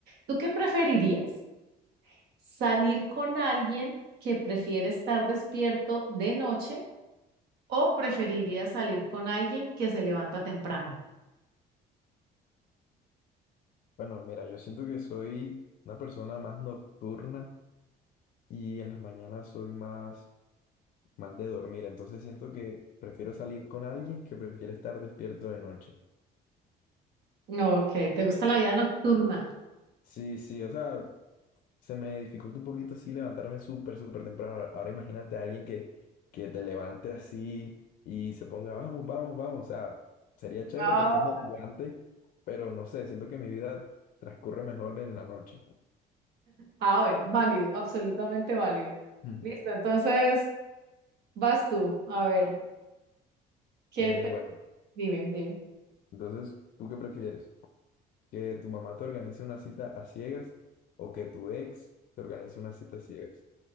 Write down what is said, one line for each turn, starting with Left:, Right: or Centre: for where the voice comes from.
Right: ¿tú qué preferirías? ¿Salir con alguien que prefiere estar despierto de noche o preferirías salir con alguien que se levanta temprano?
Left: Bueno, mira, yo siento que soy una persona más nocturna y en las mañanas soy más, más de dormir, entonces siento que prefiero salir con alguien que prefiere estar despierto de noche.
Right: No, Ok, ¿te gusta la vida nocturna?
Left: Sí, sí, o sea... Se me dificulta un poquito así levantarme súper, súper temprano. Ahora imagínate a alguien que, que te levante así y se ponga, vamos, vamos, vamos. O sea, sería chévere
Right: Ah,
Left: porque es motivante, pero no sé, siento que mi vida transcurre mejor en la noche.
Right: ah, bueno, válido, absolutamente válido.
Left: Mm.
Right: Listo, entonces vas tú. A ver, ¿qué
Left: Eh,
Right: te...
Left: bueno,
Right: Dime, dime.
Left: entonces, ¿tú qué prefieres? ¿Que tu mamá te organice una cita a ciegas o que tu ex te organice una cita a ciegas?